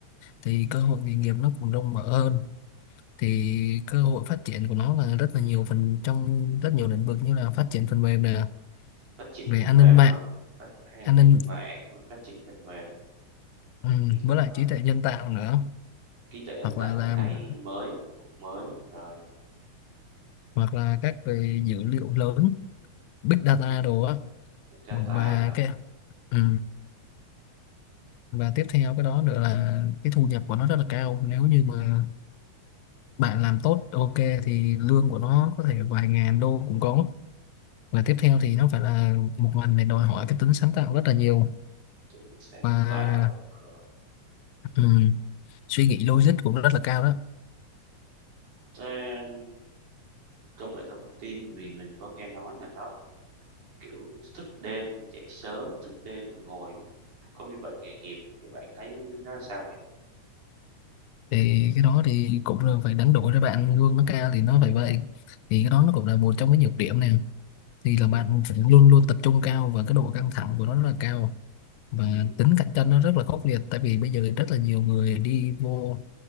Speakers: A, on the left (about 80°); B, on the right (about 85°).
A: thì cơ hội nghề nghiệp nó cũng rộng mở hơn thì cơ hội phát triển của nó là rất là nhiều phần trong rất nhiều lĩnh vực như là phát triển phần mềm nè
B: phát triển
A: về
B: phần
A: an
B: mềm
A: ninh mạng
B: hả phát an
A: an
B: ninh
A: ninh
B: mạng với phát triển phần mềm
A: ừ,
B: ừ,
A: với
B: rồi
A: lại trí tuệ nhân tạo nữa
B: trí tuệ nhân
A: hoặc
B: tạo
A: là làm
B: mình thấy mới cũng mới rồi
A: hoặc là các về dữ liệu lớn big data đồ á
B: data
A: và
B: hả
A: cái ừ. và tiếp theo cái đó nữa là cái thu nhập của nó rất là cao nếu như mà bạn làm tốt ok thì lương của nó có thể vài ngàn đô cũng có và tiếp theo thì nó phải là một ngành này đòi hỏi cái tính sáng tạo rất là nhiều
B: tính sáng
A: và
B: tạo rồi
A: ừm, suy nghĩ logic cũng rất là cao đó
B: Thế, Công nghệ thông tin vì mình có nghe nói là nó, kiểu, thức đêm, dậy sớm, thức đêm rồi ngồi có bị bệnh nghề nghiệp thì bạn thấy nó sao nhỉ?
A: thì cái đó thì cũng là phải đánh đổi cho bạn lương nó cao thì nó phải vậy thì cái đó nó cũng là một trong cái nhược điểm này thì là
B: Nhật
A: bạn phải luôn luôn tập trung cao và cái độ căng thẳng của nó rất là cao và
B: ừm,
A: tính cạnh tranh nó rất là khốc liệt tại vì bây giờ rất là nhiều người đi vô